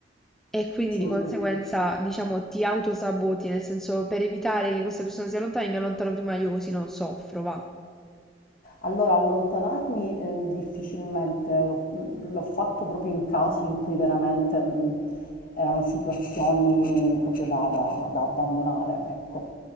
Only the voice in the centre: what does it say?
e quindi
di conseguenza,
diciamo, ti autosaboti, nel senso per evitare che questa persona si allontani, mi allontano prima io così non soffro, va.